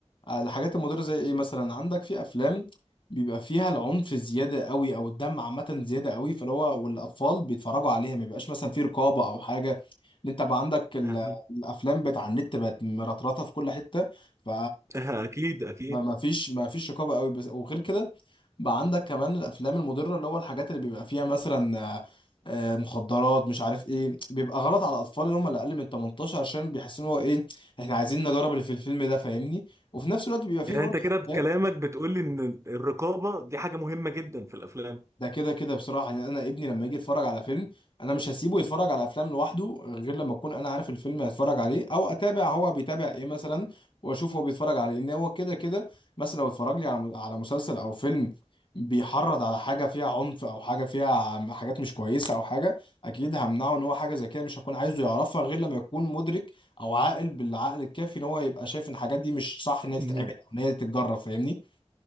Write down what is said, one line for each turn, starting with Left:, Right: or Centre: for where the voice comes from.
Left: آه، الحاجات المضرة زي ايه مثلا عندك في افلام بيبقى فيها العنف زيادة قوي او الدم عامة زيادة قوي فاللي هو والاطفال بيتفرجوا عليها ما بيبقاش مثلا في رقابة او حاجة ان انت بقى عندك ال-
Right: <laughs> أها.
Left: الافلام بتاع النت بقت مرطرطة في كل حتة ف
Right: أها، اكيد اكيد
Left: ما ما فيش ما فيش رقابه قوي بس وغير كده بقى عندك كمان الافلام المضره اللي هو الحاجات اللي بيبقى فيها مثلا آه، آه، مخدرات مش عارف ايه بيبقى غلط على الاطفال اللي هم اللي اقل من 18 عشان بيحسوا ان هو ايه احنا عايزين نجرب اللي في الفيلم ده فاهمني وفي نفس الوقت بيبقى فيه
Right: يعني
Left: برضه
Right: انت كده
Left: افلام
Right: بكلامك بتقول لي ان الرقابه دي حاجه مهمه جدا في الافلام
Left: ده كده كده بصراحة يعني أنا ابني لما يجي يتفرج على فيلم أنا مش هسيبه يتفرج على أفلام لوحده غير لما أكون أنا عارف الفيلم هيتفرج عليه أو أتابع هو بيتابع إيه مثلا وأشوف هو بيتفرج على إيه إن هو كده كده مثلا لو اتفرج لي على على مسلسل أو فيلم بيحرض على حاجة فيها عنف أو حاجة فيها عم- حاجات مش كويسة أو حاجة أكيد همنعه إن هو حاجة زي كده مش هكون عايزه يعرفها غير لما يكون مدرك أو عاقل بالعقل الكافي إن هو يبقى شايف إن الحاجات دي مش صح إن هي تتعمل
Right: مهم.
Left: أو إن هي تتجرب فاهمني